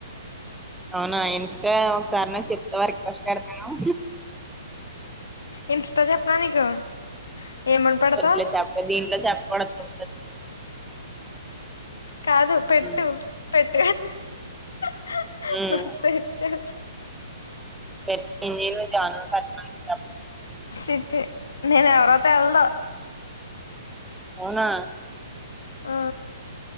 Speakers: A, in the centre; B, on the left (about 70°).
A: అవునా ఇన్స్ట ఒకసారి నాకు చెప్తావా రిక్వస్ట్ పెడతాను
B: ఇన్స్టా చెప్పనా నీకు ఏమని పెడతా
A: వద్దులే చెప్పకు దీంట్లో చెప్పకూడదు
B: కాదు పెట్టు
A: ఉమ్
B: పెట్ <unintelligible>
A: ఉమ్ పెట్టినాను జానూ నీ పెట్టామని
B: చి చి నేను ఎవరో తెల్దు
A: అవునా
B: ఆ